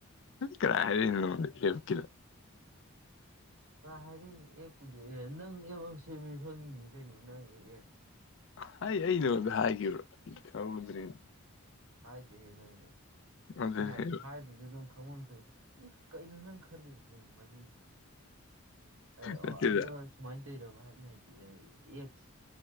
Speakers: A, on the left; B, on the right.
A: ꯀꯥꯔꯤ ꯂꯣ ꯌꯦ ꯀꯂ
B: ꯍꯥꯏꯔꯤꯛꯏꯅꯦ ꯑꯦꯞꯀꯤꯗꯣ ꯑꯦ ꯅꯪ ꯑꯦꯞꯕ ꯁꯦꯝꯃꯤ ꯈꯪꯉꯤꯅꯤ ꯀꯩꯅꯣ ꯅꯪ ꯑꯦꯛꯑꯦ
A: ꯍ ꯑ ꯅꯉꯣꯟꯗ ꯍꯥꯏꯈꯤꯕꯣ ꯑꯩ ꯈꯪꯔꯨꯗ꯭ꯔꯦꯅꯦ
B: ꯍꯥꯏꯗꯦꯍꯦ ꯅꯪꯁꯨ
A: ꯑꯗꯨꯅꯦꯕ
B: ꯑꯩ ꯍꯥꯏꯗꯤꯦ ꯍꯥꯏꯗꯁꯨ ꯑꯗꯨꯝ ꯈꯪꯐꯝꯝ ꯊꯣꯛꯏ ꯀꯩꯅꯣ ꯅꯪ ꯈꯜꯂꯤꯕ ꯃꯤ ꯃꯔꯤꯗꯤ ꯑꯦ
A: ꯅꯠꯇꯦꯗ
B: ꯑꯣ ꯑꯣ ꯁꯨꯃꯥꯏꯅ ꯇꯧꯔꯕ ꯍꯥꯏꯅꯤ ꯍꯥꯏꯗꯤ ꯑꯦꯠꯁ